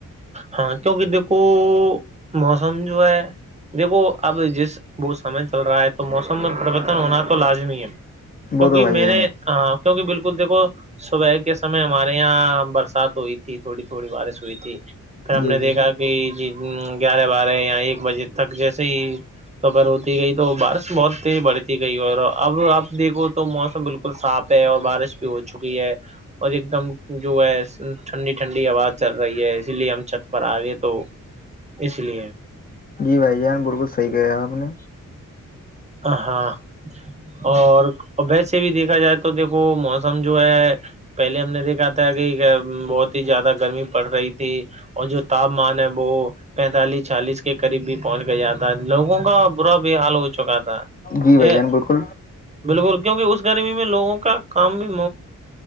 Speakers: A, on the right (about 20°); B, on the left (about 30°).
A: ہاں کیونکہ دیکھو موسم جو ہے دیکو اب جس وہ سمے چل رہا ہے تو موسم میں پربرتن ہونا تو لازمی ہے کیونکہ
B: وہ تو بھائی
A: میںیر
B: جان
A: نے ہاں کیونکہ بالکل دیکھو صبح کے سمے ہمارے یہاں برسات ہوئی تھی تھی تھوڑی تھوڑی بارش ہوئی تھی
B: ہے
A: پھر ہم
B: جی
A: نے
B: بھائی
A: دیکھا
B: جان
A: کہ گیارہ بارہ یا ایک بجے تک جیسے ہی کبر ہوتی گئی تو بارش بہت تیزی بڑھتی گئی اور اب آپ دیکھو تو موسم بالکل صاف اور بارش بھی ہو چکی ہے اور ایک دم جو ہے ٹھنڈی ٹھنڈی آواز چل رہی ہے اسی لیے ہم چھت پر آ گئے تو اس لیے
B: جی بھائی جان بالکل صحیح کہا آپ نے
A: ہاں اور وی سے بھی دیکھا جائے تو دیکھو موسم جو ہے پہلے ہم نے دیکھا تھا کہ بہت ہی زیادہ گرمی پڑ رہی تھی اور جو تاپمان ہے وہ پینتالیس چالیس کے قریب بھی پہنچ گیایا لوگوں کا برا بھی حال ہو چکا تھا
B: جی بھائی
A: یہ
B: جان بالکل
A: بالکل کیونکہ اس گرمی میں لوگوں کا کام بھی